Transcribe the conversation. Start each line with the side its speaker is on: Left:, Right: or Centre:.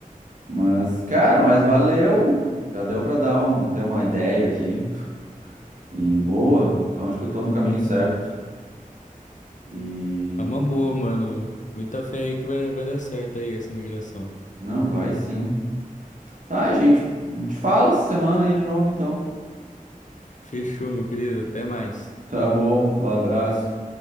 Right: Mas, cara, mas valeu. Já deu pra dar um... ter uma ideia aqui. E boa. Então, acho que eu tô no caminho certo. E...
Left: É uma boa, mano. Muita fé aí que vai, vai dar certo aí essa migração.
Right: Não, vai sim. Tá, gente, te fala essa semana aí de novo, então.
Left: Fechou, meu querido. Até mais.
Right: Tá bom, um abraço.